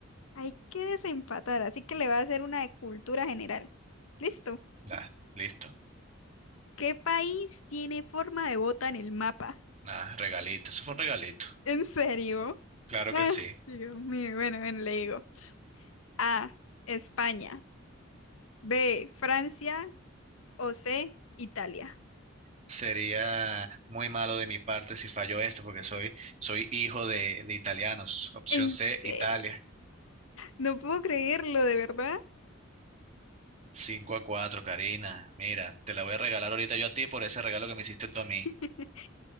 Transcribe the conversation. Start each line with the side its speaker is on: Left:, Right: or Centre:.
Left: Hay que desempatar, así que le va a hacer una de cultura general. Listo.
Right: Da, listo.
Left: ¿Qué país tiene forma de bota en el mapa?
Right: Nada, regalito. Eso fue un regalito.
Left: ¿En serio? <laughs>
Right: Claro
Left: Ah,
Right: que sí.
Left: Dios mío, bueno, bueno, le digo. A, España. B, Francia. O C, Italia.
Right: Sería muy malo de mi parte si fallo esto, porque soy, soy hijo de, de italianos. Opción
Left: ¿En
Right: C,
Left: serio?
Right: Italia.
Left: No puedo creerlo, de verdad.
Right: cinco a cuatro Karina. Mira, te la voy a regalar ahorita yo a ti por ese regalo que me hiciste tú a mí.
Left: <laughs>